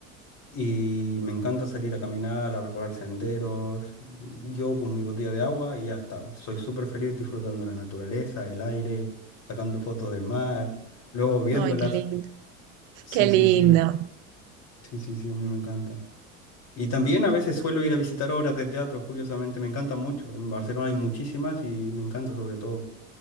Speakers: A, on the left; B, on the right.
A: Y me encanta salir a caminar, a recorrer senderos. Yo con mi botella de agua y ya está. Soy súper feliz disfrutando la naturaleza, el aire, sacando fotos del mar, luego viéndolas.
B: Ay, qué lindo.
A: <laughs> Sí,
B: Qué lindo.
A: sí, sí. Sí, sí, sí, a mí me encanta. Y también a veces suelo ir a visitar obras de teatro, curiosamente, me encantan mucho. En Barcelona hay muchísimas y me encanta sobre todo